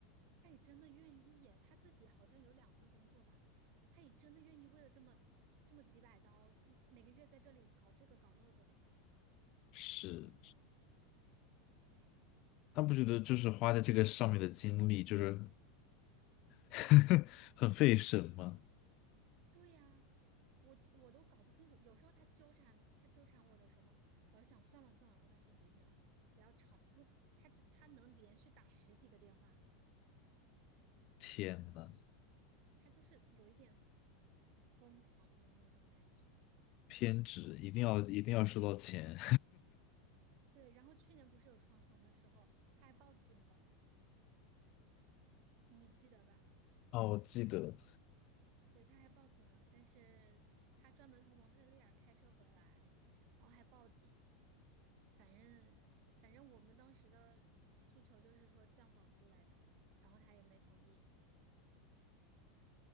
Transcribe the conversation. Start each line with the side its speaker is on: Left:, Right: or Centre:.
Right: 他也真的愿意耶！他自己好像有两份工作吧，他也真的愿意为了这么这么几百刀，一每个月在这里搞这个搞那个的，
Left: 是，
Right: 哎，
Left: 他不觉得就是花在这个上面的精力就是 <laughs> 很费神吗？
Right: 对呀，我我都搞不清楚。有时候他纠缠他纠缠我的时候，我就想算了算了，我把钱给你了，不要吵了，因为他这他能连续打十几个电话，
Left: 天呐，
Right: 他就是有一点疯狂的那种感觉。
Left: 偏执，一定要一定要收到钱。
Right: 对，然后去年不是有床虫的时候，他还报警了。你记得吧？
Left: <laughs> 哦，我记得
Right: 对，他还报警了，但是他专门从蒙特利尔开车回来，然后还报警。反正反正我们当时的诉求就是说降房租来的，然后他也没同意。